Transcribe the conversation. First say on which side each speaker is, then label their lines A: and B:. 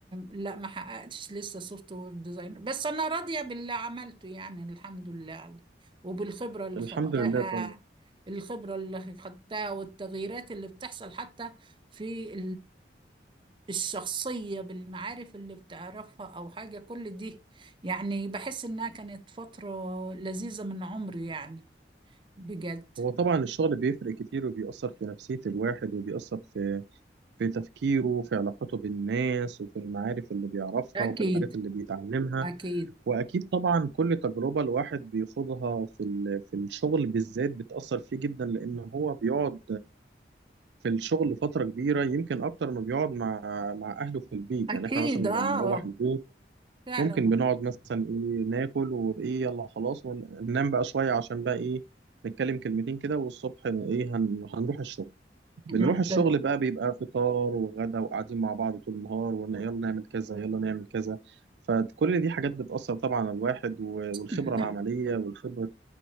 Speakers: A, on the right; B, on the right.
A: لا ما حققتش لسه سوفت وير ديزاينر بس انا راضية باللي عملته يعني الحمد لله على- وبالخبرة اللي
B: الحمد
A: خدتها
B: لله طبعا
A: الخبرة اللي خدتها والتغييرات اللي بتحصل حتى في الشخصية بالمعارف اللي بتعرفها أو حاجة كل دي يعني بحس إنها كانت فترة لذيذة من عمري يعني بجد
B: هو طبعا الشغل بيفرق كتير وبيأثر في نفسية الواحد وبيأثر في في تفكيره وفي علاقته بالناس وفي المعارف اللي بيعرفها
A: أكيد
B: وفي الحاجات اللي بيتعلمها
A: أكيد
B: واكيد طبعا كل تجربه الواحد بيخوضها في ال- في الشغل بالذات بتاثر فيه جدا لان هو بيقعد في الشغل فتره كبيره يمكن اكتر ما بيقعد مع مع اهله في البيت
A: أكيد
B: يعني احنا مثلا لما
A: آه
B: بنروح البيت
A: فعلا
B: ممكن بنقعد مثلا ايه ناكل وايه يلا خلاص وننام بقى شويه عشان بقى ايه نتكلم كلمتين كده والصبح ايه هن- هنروح الشغل بنروح
A: والله
B: الشغل بقى بيبقى فطار وغدا وقاعدين مع بعض طول النهار وقلنا يلا نعمل كذا يلا نعمل كذا فكل دي حاجات بتأثر طبعا على الواحد و- والخبرة
A: <laughs>
B: العملية والخبرة